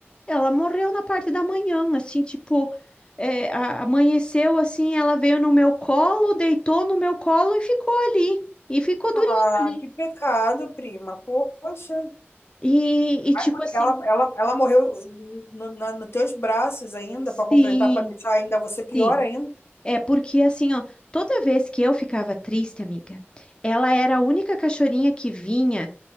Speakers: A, on the left (about 20°); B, on the left (about 65°).
A: ela morreu na parte da manhã, assim, tipo, é, a- amanheceu assim, ela veio no meu colo, deitou no meu colo e ficou ali, e ficou durinha
B: Ah,
A: ali.
B: que pecado, prima. Poxa,
A: E, e tipo
B: Ai,
A: assim,
B: ela, ela, ela morreu no, na, nos teus braços ainda,
A: sim,
B: pra completar, pra deixar ainda você pior
A: sim.
B: ainda.
A: É porque assim, ó, toda vez que eu ficava triste, amiga, ela era a única cachorrinha que vinha